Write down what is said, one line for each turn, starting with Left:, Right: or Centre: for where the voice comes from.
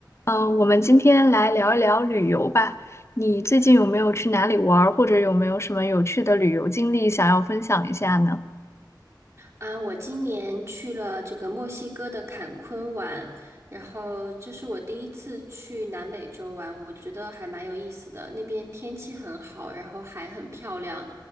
Left: 嗯，我们今天来聊一聊旅游吧。你最近有没有去哪里玩儿，或者有没有什么有趣的旅游经历想要分享一下呢？
Right: 啊，我今年去了这个墨西哥的坎昆玩，然后这是我第一次去南美洲玩，我觉得还蛮有意思的。那边天气很好，然后海很漂亮，